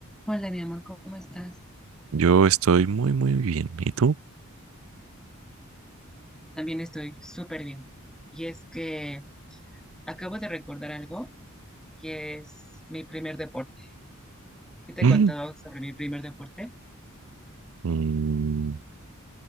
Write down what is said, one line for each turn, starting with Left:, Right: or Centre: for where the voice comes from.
Centre: Hola, mi amor, ¿cómo estás?
Right: Yo estoy muy, muy bien. ¿Y tú?
Centre: También estoy súper bien. Y es que acabo de recordar algo que es mi primer deporte. ¿Sí te
Right: Mm.
Centre: he contado
Right: <clears throat>
Centre: sobre mi primer deporte?
Right: Mm,